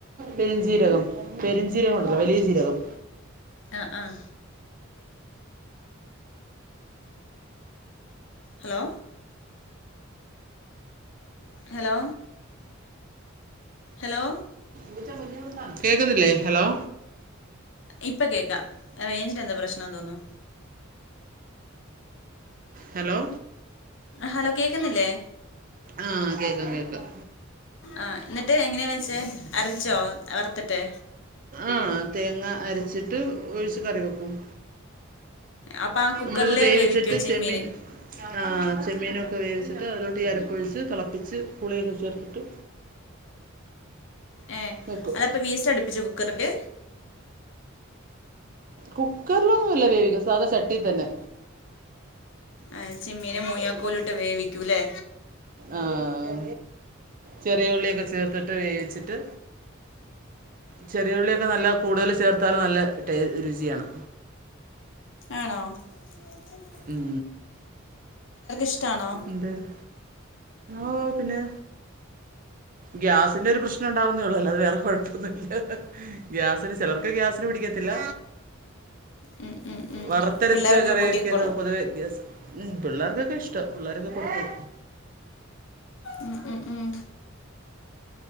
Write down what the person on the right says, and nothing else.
പെരിഞ്ജീരകം പെരിഞ്ജീരകം ഉണ്ടല്ലോ വലിയ ജീരകം
<unintelligible> കേക്കുന്നില്ലേ? ഹലോ
ഹലോ
ആഹ് കേക്കാം കേക്കാം
ആഹ് തേങ്ങ അരച്ചിട്ട് ഒഴിച്ച് കറി വെക്കും
നമ്മളിത് വേവിച്ചിട്ട്
ചെമ്മീൻ ങ്ങാഹ് ചെമ്മീനൊക്കെ വേവിച്ചിട്ട് അതിലോട്ട് ഈ അരപ്പൊഴിച്ച് തിളപ്പിച്ച് പുളിയൊക്കെ ചേർത്തിട്ട്
വെക്കും
കുക്കറിലൊന്നും അല്ല വേവിക്കുന്നത് സാധാ ചട്ടിയി തന്നെ
ആഹ് ചെറിയ ഉള്ളിയൊക്കെ ചേർത്തിട്ട് വേവിച്ചിട്ട് ചെറിയ ഉള്ളിയൊക്കെ നല്ല കൂടുതല് ചേർത്താല് നല്ല ടേ രുചിയാണ്
ഉം
എന്താണ് ഓഹോ പിന്നെ ഗ്യാസിന്റെ ഒരു പ്രശ്നം ഇണ്ടാവുന്നേയൊള്ളൂ അല്ലാതെ വേറെ കൊഴപ്പൊന്നുല്ല ഗ്യാസിന് ചിലർക്ക് ഗ്യാസിന് പിടിക്കത്തില്ല
വറുത്തരച്ച്
കറിയൊക്കെ
പൊതുവെ ഗ്യാസ് ഉം പിള്ളേർക്ക് ഒക്കെയിഷ്ട്ട പിള്ളാർകൊക്കെ കൊടുക്കും